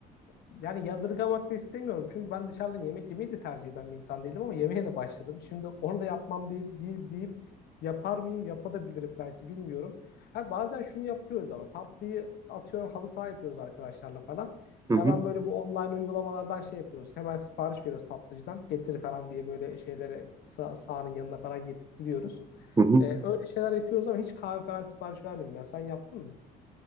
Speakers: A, on the left; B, on the right.
A: yani yadırgamak da istemiyorum. Çünkü ben dışarıdan yemek yemeyi de tercih eden bir insan değilim ama yemeğe de başladım. Şimdi onu da yapmam diye, diye- deyip yapar mıyım? Yapabilirim belki bilmiyorum. Ha, bazen şunu yapıyoruz ama tatlıyı atıyorum halı saha yapıyoruz arkadaşlarla falan.
B: Hı
A: Hemen
B: hı,
A: böyle bu online uygulamalardan şey yapıyoruz. Hemen sipariş veriyoruz tatlıcıdan. Getir falan diye böyle şeylere sağ, sahanın yanına falan getirtiyoruz.
B: hı hı.
A: E, öyle şeyler yapıyoruz ama hiç kahve falan sipariş vermedim. Ya sen yaptın mı?